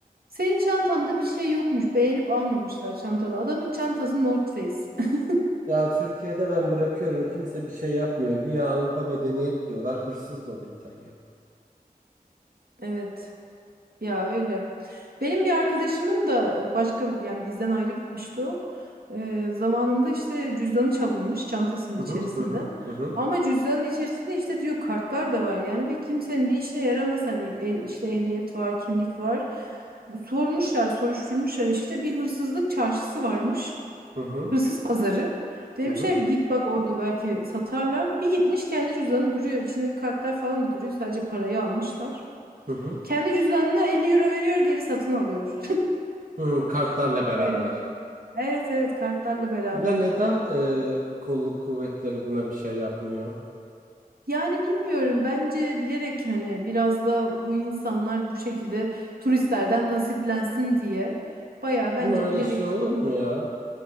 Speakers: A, on the right; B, on the right.
A: senin çantanda bir şey yokmuş. Beğenip almamışlar çantanı. Adamın çantası North Face. <laughs>
B: ya Türkiye'de ben bırakıyorum kimse bir şey yapmıyor. Güya Avrupa medeniyet diyorlar. Hırsız dolu İtalya.
A: Evet. Ya öyle. Benim bir arkadaşımın da e, başka yani bizden ayrı gitmişti o. Ee, zamanında işte cüzdanı çalınmış çantasının içerisinde.
B: Hı hı hı hı hı
A: Ama cüzdanın içerisinde işte diyor kartlar da var yani ve kimsenin bir işine yaramaz hani e, işte ehliyet var, kimlik var. Sormuşlar, soruşturmuşlar işte bir hırsızlık çarşısı varmış.
B: hı hı
A: Hırsız pazarı. Demişler
B: hı hı hı
A: ki git bak orada belki satarlar. Bir gitmiş kendi cüzdanı duruyor. içindeki kartlar falan da duruyor. Sadece parayı almışlar.
B: hı hı,
A: Kendi cüzdanına 50 euro veriyor, geri satın alıyor.
B: hı kartlarla
A: <laughs>
B: beraber.
A: Böyle. Evet evet kartlarla beraber.
B: Ya neden e, kolluk kuvvetleri buna bir şey yapmıyor?
A: Yani bilmiyorum bence bilerek hani biraz da bu insanlar bu şekilde turistlerden nasiplensin diye baya bence
B: Ama öyle
A: bilerek
B: şey olur mu ya?